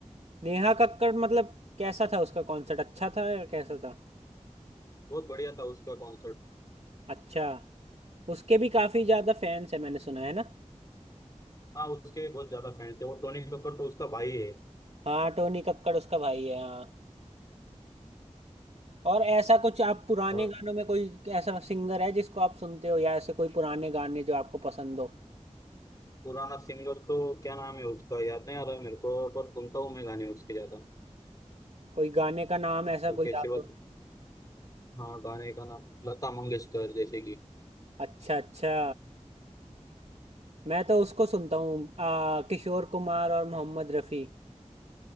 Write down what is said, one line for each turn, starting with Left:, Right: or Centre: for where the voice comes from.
Right: नेहा कक्कड़ मतलब कैसा था उसका कॉन्सर्ट अच्छा था या कैसा था
Left: बहुत बढ़िया था उसका कॉन्सर्ट
Right: अच्छा उसके भी काफी ज्यादा फैंस है मैंने सुना है ना
Left: हाँ उसके भी बहुत ज़्यादा फैन थे वो टोनी कक्कर तो उसका भाई है
Right: हाँ टोनी कक्कड़ उसका भाई है हाँ और ऐसा कुछ आप पुराने
Left: और
Right: गानों में कोई ऐसा सिंगर है जिसको आप सुनते हो या ऐसे कोई पुराने गाने जो आपको पसंद हो
Left: पुराना सिंगर तो क्या नाम है उसका याद नहीं आ रहा मेरे को पर सुनता हूँ मैं गाने उसके ज़्यादा
Right: कोई गाने का नाम ऐसा
Left: कोई कैसे
Right: कोई याद
Left: बात
Right: हो
Left: हाँ गाने का नाम लता मंगेशकर जैसे कि
Right: अच्छा अच्छा मैं तो उसको सुनता हूँ आ, किशोर कुमार और मोहम्मद रफ़ी